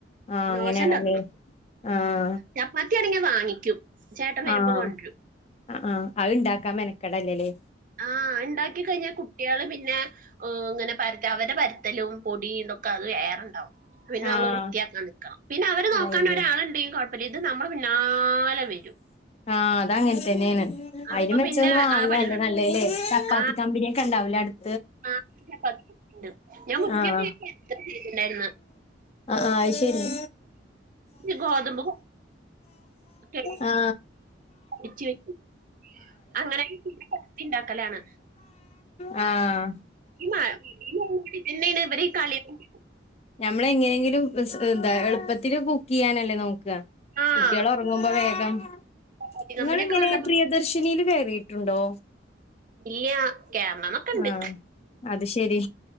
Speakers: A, on the left; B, on the right.
A: ആഹ്
B: ദോശ
A: അങ്ങനെയാണല്ലെ
B: ഉണ്ടാക്കണം
A: ആഹ്
B: ചപ്പാത്തി ആണെ ഞാ വാങ്ങിക്കും ചേട്ടൻ വരുമ്പോ
A: ആഹ്
B: കൊണ്ടുവരും
A: അ ആഹ് അത്ണ്ടാക്ക മെനക്കെടല്ലലെ
B: ആഹ് ഇണ്ടാക്കി കഴ്ഞ്ഞാ കു കുട്ടീള് പിന്നെ ഏഹ് ഇങ്ങനെ പരത്ത അവരെ പരത്തലും പൊടീ ഇതൊക്ക അത് വേറണ്ടാവും പിന്നെ നമ്മള്
A: ആഹ്
B: വൃത്തിയാക്കാൻ നിക്കണം. പിന്നെ അവര് നോക്കാ
A: അയന്നെ
B: ഒരാള്ണ്ടെങ്കി കൊഴപ്പല്ല. ഇത് നമ്മള് പിന്നാലെ വെരും.
A: ആഹ്. അത് അങ്ങൻ തന്നേണ്.
B: അപ്പൊ
A: അയിന് മെച്ച
B: പിന്നെ
A: ഒന്ന് വാങ്ങാല്ലെ
B: ആ പണി നടക്കില്ല.
A: നല്ലത് ല്ലെ ചപ്പാത്തി
B: ആ
A: കമ്പ കൊണ്ടാവുല്ല അടു
B: ആ <unintelligible> ഞാൻ മുന്നെ
A: ആഹ്
B: <unintelligible> ചെയ്തിട്ടുണ്ടായിരുന്ന്.
A: ആ ആ ശെരി.
B: ഈ ഗോതമ്പ് കഴുകി
A: ആ
B: പൊടിച്ച് വെക്കും. അങ്ങനെ <unintelligible> ഇണ്ടാക്കലാണ്
A: ആഹ്
B: ഇമാ പിന്നെ ഇവരെ കളി <unintelligible>
A: ഞമ്മള് എങ്ങനെങ്കിലും എന്താ എളുപ്പത്തില് കുക്ക് ചെയ്യാനല്ലെ നോക്ക.
B: ആഹ്
A: കുട്ട്യേള് ഒറങ്ങുമ്പം വേഗം.
B: കോച്ച് കമ്പനിയൊക്കെ
A: ഇങ്ങളിങ്ങനെ
B: വന്നപ്പോ
A: പ്രിയദർശിനീ ല് കേറീട്ടുണ്ടൊ.
B: ഇല്ല കേറണോന്നെക്കെ ഇണ്ട്
A: ആഹ് അത് ശെരി